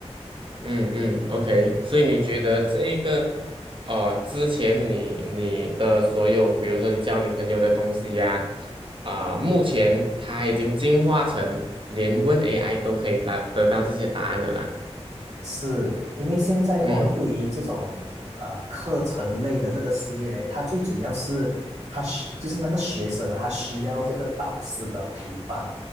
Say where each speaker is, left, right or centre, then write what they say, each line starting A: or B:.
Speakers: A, on the right; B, on the right.
A: 嗯嗯，OK，
B: 嗯，
A: 所以你觉得这一个，呃，之前你你的所有，比如说你教你朋友的东西呀，啊、目前它已经进化成连问 AI 都可以答得到这些答案了啦。
B: 是因为现在和、
A: 嗯，
B: 哦、对于这种呃课程类的这个事业呢，它最主要是它需就是那个学生啊，他需要这个导师的陪伴。